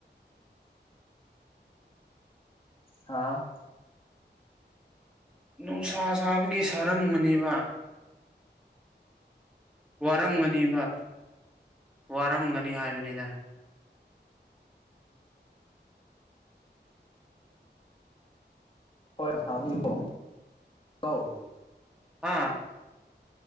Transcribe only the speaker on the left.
ꯍꯥꯥꯑ
ꯍꯣꯏ ꯊꯥꯕꯤꯀꯣ <inaudible> ꯑꯧ